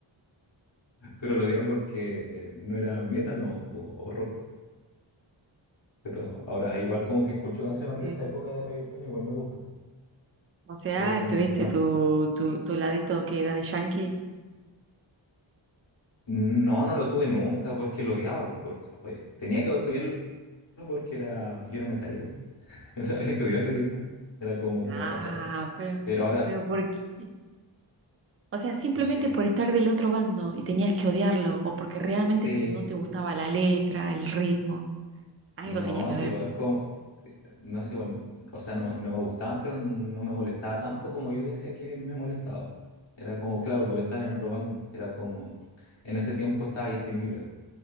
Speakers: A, on the left (about 70°); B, on the right (about 30°).
A: pero lo odiaba porque eh, no era metal no, o rock. Pero ahora igual como que escucho
B: Ok.
A: canciones de esa época de reggaetón, igual me gustan.
B: O sea,
A: Era como
B: estuviste
A: una... fa-
B: tu, tu, tu ladito que Daddy Yankee.
A: No, no lo tuve nunca porque lo odiaba, po, porque oye, tenía que odiarlo porque era, yo era metalero. <laughs> Había que odiar el reggaetón. Era como una
B: Ah,
A: fachada.
B: pero,
A: Pero ahora,
B: pero ¿por qué? O sea, simplemente
A: no sé.
B: por estar del otro bando y tenías que odiarlo,
A: Sí,
B: o porque realmente
A: sí.
B: no te gustaba la letra, el ritmo. Algo
A: No,
B: tenía que
A: es
B: haber.
A: igual como, eh, no es igual, o sea, no, no me gustaban, pero no me molestaba tanto como yo decía que me molestaba. Era como, claro, por estar en- robando. Era como, en ese tiempo estaba Justin Bieber.